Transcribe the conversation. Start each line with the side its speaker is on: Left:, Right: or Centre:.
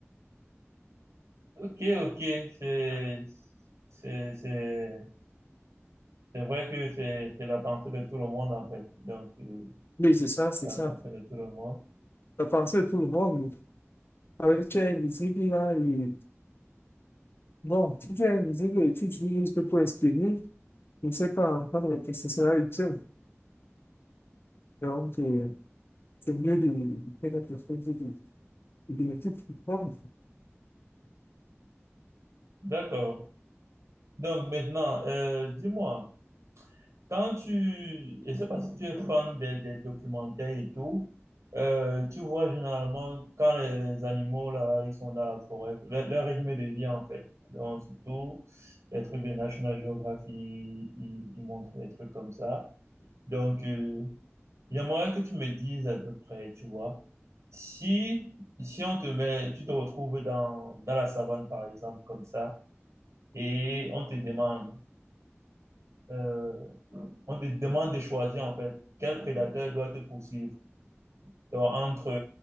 Right: Ok, ok, c'est, c'est, c'est, c'est vrai que c'est, c'est la pensée de tout le monde, en fait. Donc, euh,
Left: Oui, c'est ça, c'est
Right: la
Left: ça.
Right: pensée de tout le monde.
Left: La pensée de tout le monde, avec elle, visible là, et bon, si tu es visible et tu dis juste pour exprimer, je ne sais pas encore que ce sera utile. Donc, euh, c'est mieux de de faire quelque chose de de bénéfique pour toi.
Right: D'accord. Donc, maintenant, euh, dis-moi, quand tu, je sais pas si tu es fan des, des documentaires et tout, euh, tu vois généralement quand les, les animaux, là, ils sont dans la forêt, leur, leur rythme de vie, en fait. Donc, surtout, les trucs de National Geographic, ils, ils montrent des trucs comme ça. Donc, euh, J'aimerais que tu me dises à peu près, tu vois, si, si on te met, tu te retrouves dans, dans la savane, par exemple, comme ça, et on te demande, euh, on te demande de choisir, en fait, quel prédateur doit te poursuivre. Donc, entre